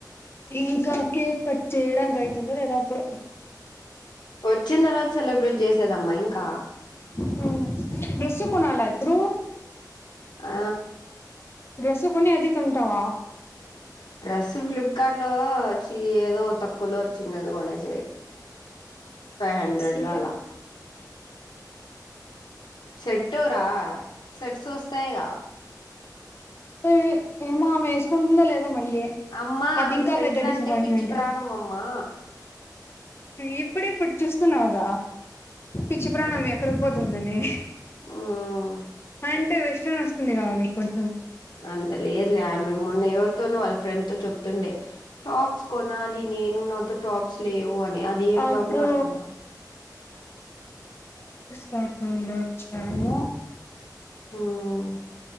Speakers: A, on the left; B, on the left.
A: ఇంకా కేక్ కట్ చేయడానికి అఎంతుందో లేదొ అప్పుడు
B: వచ్చిన్తర్వాత సెలబ్రేట్ చేసేదమ్మా ఇంకా
A: హ్మ్ డ్రెస్ కొనాలా ఇప్పుడు
B: ఆ
A: డ్రెస్సు కొని అది కొంటావా
B: డ్రెస్సు ఫ్లిప్కార్ట్ లో చ్చి ఏదో తక్కువలో వచ్చిందది కొనేసేది ఫైవ్ హండ్రెడ్
A: సరే
B: లో అలా సెట్టు రా సెట్స్ వస్తాయిగా
A: వస్తవి ఏమో ఆమె ఏసుకుంటుమ్దో లేదో దో మళ్ళీ
B: అమ్మా
A: అది
B: ఆమెకు
A: ఇంకా
B: సెట్లు
A: పెద్ద డిసప్పయింట్మెంట్
B: అంటే పిచ్చి ప్రాణం అమ్మా
A: ఇప్ ప్పుడిప్పుడు చూస్తున్నావుగా పిచ్చి ప్రాణం ఎక్కడికి పోతుందని
B: ఉమ్
A: అంటే వెస్ట్రన్ వస్తుంది గా అవి కొంచెం
B: అంత లేదులే ఆమె మొన్న ఎవరితోనో వాళ్ళ ఫ్రెండ్ తో చెప్తుండే టాప్స్ కొనాలి నేను నాతో టాప్స్ లేవు అన్ అది ఏం
A: అబ్బో
B: టాప్ లో అర్ధం గావు
A: తడ్స్కుంట వచ్చాము
B: ఉమ్